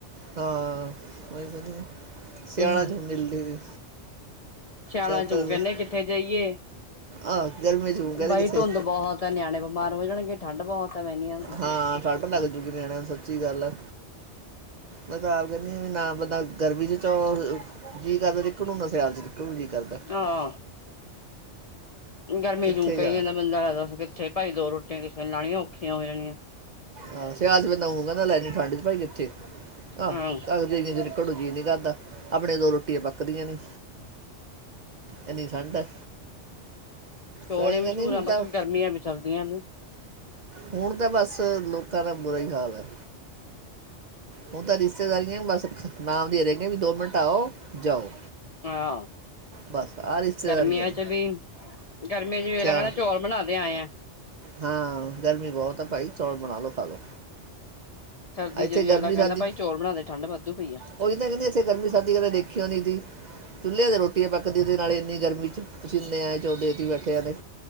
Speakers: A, on the right; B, on the left.
A: ਹਾਂ ਕੋਈ <unintelligible>
B: ਲੈ
A: ਸਿਆਨਾ ਜੋ ਮਿਲਦੀ।
B: ਸਿਆਲਾਂ
A: ਚੱਲ
B: ਚੂੰ
A: ਤਾਂ
B: ਕਹਿੰਨੇ ਕਿੱਥੇ ਜਾਈਏ?
A: ਆ ਗਰਮੀ ਚ ਹੂੰ ਕਹਿੰਦੇ
B: ਬਾਈ
A: ਕਿੱਥੇ
B: ਧੁੰਦ ਬਹੁਤ ਹੈ ਨਿਆਣੇ ਬਿਮਾਰ ਹੋ ਜਾਣਗੇ, ਠੰਢ ਬਹੁਤ ਹੈ ਪੈਣੀਆਂ ਨੇ
A: ਹਾਂ, ਸੱਟ ਲੱਗ ਜੁਗੀ ਨਿਆਣੇ ਦੇ ਸੱਚੀ ਗੱਲ ਏ। ਮੈਂ ਤਾਂ ਆਪ ਕਹਿੰਦੀ ਹ ਵੀ ਨਾ ਬੰਦਾ ਗਰਮੀ ਚ ਚੋ ਜੀ ਕਰਦਾ ਰਕ <unintelligible> ਨੂੰ ਹੁੰਦਾ ਸਿਆਲ ਚ ਰਕ <unintelligible> ਵੀ ਜੀ ਕਰਦਾ।
B: ਹਾਂ ਗਰਮੀ
A: ਕਿੱਥੇ
B: ਜੂਮ ਕਹੀ
A: ਜਾ
B: ਜਾਂਦਾ ਬੰਦਾ ਦਸ ਕਿੱਥੇ ਭਾਈ ਦੋ ਰੋਟੀ ਕਿਸੇ ਲਾਣੀਆਂ ਔਖੀਆਂ ਹੋ ਜਾਣੀਆਂ?
A: ਅਹ ਸਿਆਲ ਚ ਬਂਦਾ ਓਮ ਕਹਿੰਦਾ ਲੈਜੀ ਠੰਡ ਚ ਭਾਈ ਕਿੱਥੇ ਅਹ
B: ਹਾਂ
A: ਹਦੇ <unintelligible> ਚੋਂ ਨਿਕਲੂ ਜੀ ਨੀ ਕਰਦਾ। ਆਪਣੇ ਦੋ ਰੋਟੀਆਂ ਪੱਕਦੀਆਂ ਨੀ, ਇਨੀ ਠੰਡ ਹੈ।
B: ਚੋਲੇ
A: ਸਹੀ
B: ਮਸ਼ਹੂਰ
A: ਕਹਿੰਦੀ ਹੁਣ
B: ਆ
A: ਤਾਂ
B: ਬੱਸ ਗਰਮੀਆਂ ਵੀ ਚੱਲਦੀਆਂ ਨੇ।
A: ਹੁਣ ਤਾਂ ਬਸ ਲੋਕਾਂ ਦਾ ਬੁਰਾ ਹੀ ਹਾਲ ਹੈ। ਹੁਣ ਤਾਂ ਰਿਸ਼ਤੇਦਾਰੀਆਂ ਬਸ ਨਾਮ ਦੇ ਰਹਿ ਗਈ ਵੀ ਦੋ ਮਿੰਟ ਆਓ ਜਾਓ।
B: ਹਾਂ,
A: ਬਸ ਆ ਰਿਸ਼ਤੇਦਾਰੀਆਂ
B: ਗਰਮੀਆਂ
A: ਨੇ
B: ਚ ਵੀ, ਗਰਮੀਆਂ ਚ ਵੇ
A: ਸਿਆਲ
B: ਕਹਿੰਦਾ ਚੌਲ ਬਣਾਦੇ ਆਏ ਆ।
A: ਹਾਂ ਗਰਮੀ ਬਹੁਤ ਆ ਭਾਈ ਚੌਲ ਬਣਾ ਲੋ ਖਾਲੋ।
B: ਸਰਦੀ
A: ਇੱਥੇ
B: ਚ ਵੀ
A: ਗਰਮੀ
B: ਅਗਲਾ ਕਹਿੰਦਾ
A: ਸ਼ਰਦੀ,
B: ਭਾਈ ਚੌਲ ਬਣਾਦੇ ਠੰਢ ਵਾਧੂ ਪਈ ਆ
A: ਉਹੀ ਤਾਂ ਕਹਿੰਦੀ ਇੱਥੇ ਗਰਮੀ ਸ਼ਰਦੀ ਕਦੇ ਦੇਖਿਓ ਨਹੀਂ ਜੀ। ਚੁੱਲੇ ਤੇ ਰੋਟੀ ਪੱਕਦੀ ਤੇ ਨਾਲੇ ਇੰਨੀ ਗਰਮੀ ਚ ਪਸੀਨੇ ਏ ਚੋੰਦੇ ਸੀ ਬੈਠੇਆ ਦੇ।